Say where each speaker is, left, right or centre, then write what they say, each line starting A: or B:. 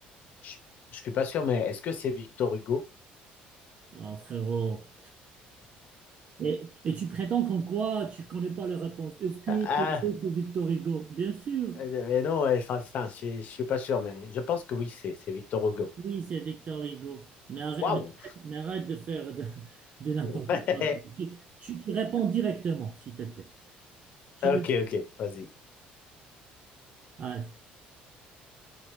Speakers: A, on the left; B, on the right.
A: Je, je suis pas sûr, mais est-ce que c'est Victor Hugo?
B: Ah, frérot. Et, et tu prétends qu'en quoi tu connais pas la réponse? Est-ce que
A: <laughs>
B: c'est vrai, c'est Victor Hugo? Bien sûr.
A: Euh, Mais non, ouais, enfin, enfin, je, je suis pas sûr, mais je pense que oui, c'est, c'est Victor Hugo.
B: Oui, c'est Victor Hugo. Mais arrête,
A: Waouh!
B: mais arrête- mais arrête de faire de, de n'importe
A: <laughs>
B: quoi. Tu, tu- tu réponds directement, s'il te plaît. Tu
A: Ok,
B: me dis,
A: ok, vas-y.
B: ah,